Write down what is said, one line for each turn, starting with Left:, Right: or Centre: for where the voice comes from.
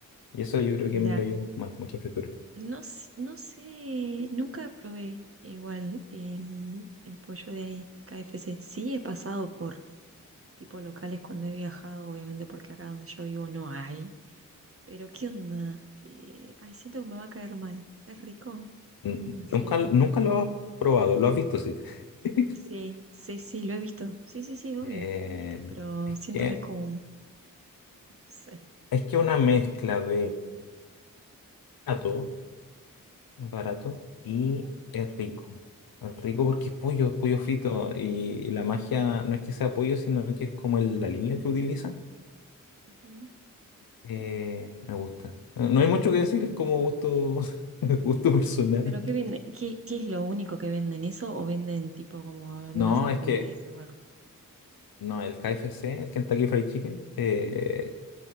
Left: Y eso yo creo
Right: mira,
Left: que me cayó mal, mucha fritura.
Right: no, s- no sé, nunca probé igual el, el pollo de ahí, de KFC. Sí he pasado por tipo locales cuando he viajado, obviamente porque acá donde yo vivo no hay. Pero ¿qué onda? Eh, ay, siento que me va a caer mal. ¿Es rico?
Left: N-
Right: ¿En serio?
Left: Nunca, nunca lo has probado, lo has visto, sí. <laughs>
Right: Sí, sí, sí, lo he visto. Sí, sí, sí, obvio,
Left: Eh,
Right: lo he visto, pero
Left: es
Right: siento
Left: que
Right: que es como, un- no sé.
Left: es que una mezcla de barato, es barato y es rico. Es rico porque es pollo, es pollo frito y, y la magia no es que sea pollo, sino que es como el aliño que utilizan.
Right: Ujú.
Left: Eh, me gusta. No no hay mucho que decir, es como gusto, <laughs> gusto personal.
Right: ¿Pero qué venden? ¿Qué, qué es lo único que venden? ¿Eso o venden tipo como algunas
Left: No,
Right: hamburguesas
Left: es que
Right: o algo?
Left: no, el KFC, el Kentucky Fried Chicken, eh,